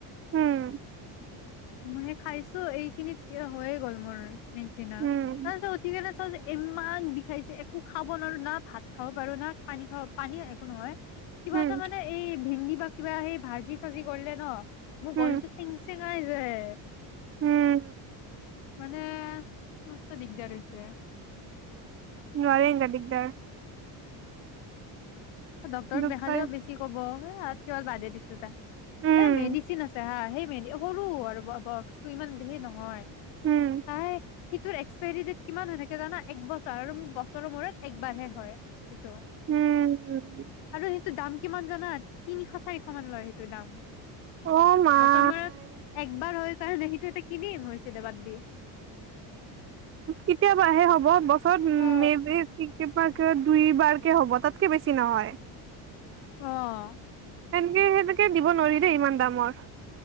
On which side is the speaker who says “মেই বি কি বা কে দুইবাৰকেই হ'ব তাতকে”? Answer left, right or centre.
Right